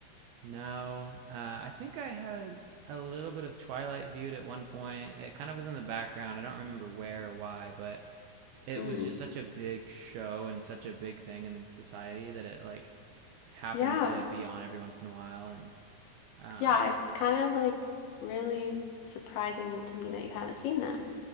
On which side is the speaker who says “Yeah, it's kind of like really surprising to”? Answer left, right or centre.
Left